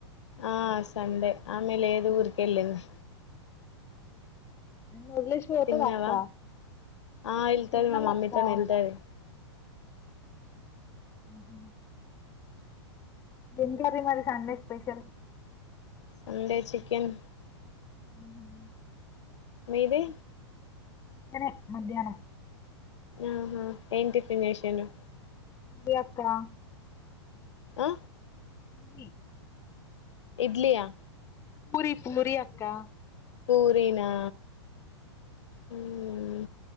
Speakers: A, on the left (about 80°); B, on the left (about 20°).
A: ఆ సండే ఆమె లేదు
B: <unintelligible>
A: ఊరికెళ్ళింది
B: నిన్ను వదిలేసి ఎంటిదక్కా
A: తిన్నావా ఆ వెళ్తది
B: తిన్నామక్కా
A: మా మమ్మీతోని వెళ్తది
B: మ్ హు ఏం కర్రీ మరి సండే స్పెషల్?
A: సండే చికెన్
B: మ్
A: మీదీ
B: చికెనే మధ్యాహ్నం
A: మ్ హు ఏం టిఫినషన్ చేసిండ్రు?
B: మీ అక్కా
A: ఆ
B: కి
A: ఇడ్లీ యా
B: పూరి పూరి అక్కా
A: పూరినా మ్